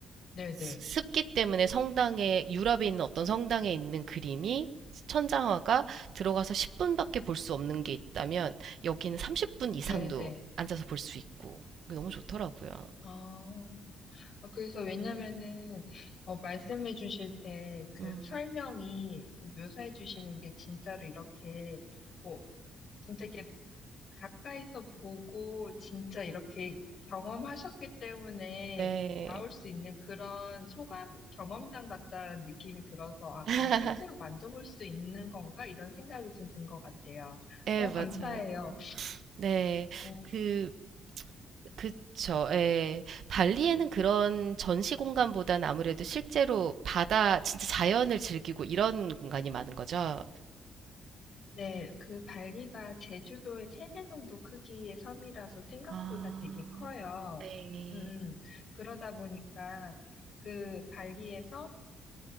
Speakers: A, on the left; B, on the right.
A: 네네.
B: 습- 기 때문에 성당에 유럽에 있는 어떤 성당에 있는 그림이 천장화가 들어가서 10분밖에 볼 수 없는 게 있다면 여기는 30분 이상도
A: 네네.
B: 앉아서 볼 수 있고 너무 좋더라고요.
A: 아, 아, 그래서 왜냐면은, 어, 말씀해 주실 때 그
B: 음,
A: 설명이 그 묘사해 주시는 게 진짜로 이렇게, 뭐, 진짜 이렇게 가까이서 보고 진짜 이렇게 경험하셨기 때문에
B: 네.
A: 나올 수 있는 그런 소감, 경험담 같다는 느낌이 들어서, 아,
B: <laughs>
A: 그럼 실제로 만져볼 수도 있는 건가? 이런 생각이 좀 든 것 같아요.
B: 예,
A: 어,
B: 맞아요.
A: 감사해요.
B: 네.
A: 오,
B: 그, 그쵸. 예. 발리에는 그런 전시 공간보단 아무래도 실제로 바다, 진짜 자연을 즐기고 이런 공간이 많은 거죠.
A: 네, 그 발리가 제주도의 3배 정도 크기의 섬이라서 생각보다
B: 아,
A: 되게 커요.
B: 네.
A: 음, 음. 그러다 보니까 그 발리에서